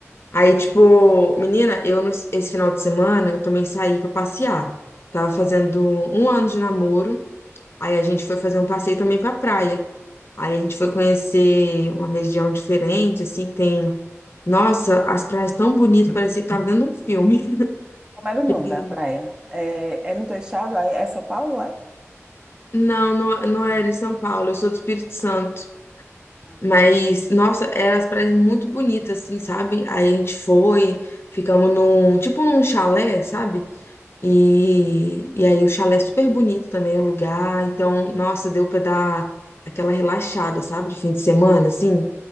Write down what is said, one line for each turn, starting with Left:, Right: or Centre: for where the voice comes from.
Left: Aí, tipo, menina, eu no- esse final de semana eu também saí pra passear. Tava fazendo um ano de namoro, aí a gente foi fazer um passeio também pra praia. Aí a gente foi conhecer uma região diferente, assim, que tem. Nossa, as praias tão bonitas, parecia que tava dentro de um filme.
Right: Como era o
Left: <laughs>
Right: nome da praia? É, é no teu estado? Aí É São Paulo, é?
Left: Não, não, não era em São Paulo, eu sou do Espírito Santo.
Right: Ah,
Left: Mas, nossa, eram as praias muito bonitas, assim, sabe? Aí a gente foi, ficamos num, tipo num chalé, sabe? E, e aí o chalé é super bonito também, o lugar. Então, nossa, deu pra dar aquela relaxada, sabe? De fim de semana, assim.